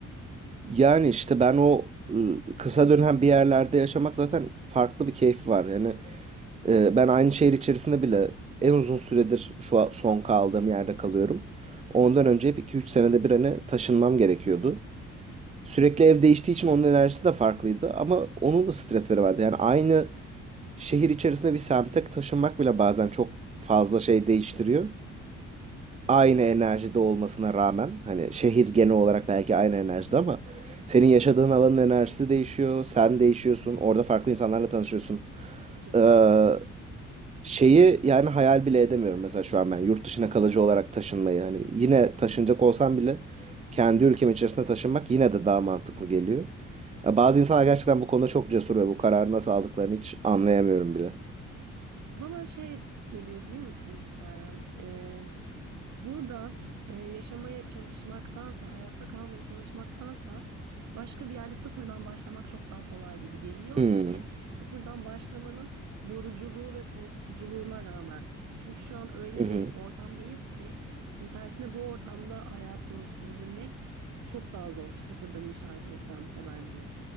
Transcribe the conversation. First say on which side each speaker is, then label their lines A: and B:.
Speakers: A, on the right; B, on the right.
A: Yani işte ben o ıı, kısa dönem bir yerlerde yaşamak zaten farklı bir keyfi var. Yani Ee, ben aynı şehir içerisinde bile en uzun süredir şu an son kaldığım yerde kalıyorum. Ondan önce hep iki üç senede bir hani taşınmam gerekiyordu. Sürekli ev değiştiği için onun enerjisi de farklıydı ama onun da stresleri vardı. Yani aynı şehir içerisinde bir semte taşınmak bile bazen çok fazla şey değiştiriyor. Aynı enerjide olmasına rağmen hani şehir genel olarak belki aynı enerjide ama senin yaşadığın alanın enerjisi değişiyor, sen değişiyorsun, orada farklı insanlarla tanışıyorsun.
B: Kesinlikle.
A: Ee, Şeyi yani hayal bile edemiyorum mesela şu an ben yurt dışına kalıcı olarak taşınmayı hani yine taşınacak olsam bile kendi ülkem içerisinde taşınmak yine de daha mantıklı geliyor. Ya Bazı insanlar gerçekten bu konuda çok cesur ve bu kararı nasıl aldıklarını hiç anlayamıyorum bile.
B: Bana şey geliyor biliyor musun Serhan? Ee, burada e, yaşamaya çalışmaktansa, hayatta kalmaya çalışmaktansa başka bir yerde sıfırdan başlamak çok daha kolay gibi geliyor
A: Hmm.
B: ki sıfırdan başlamanın yoruculuğu ve korkutuculuğuna rağmen. Çünkü şu an öyle
A: Hı hı.
B: bir ortamdayız ki hani tersine bu ortamda hayatını sürdürmek çok daha zor sıfırdan inşa etmektense bence.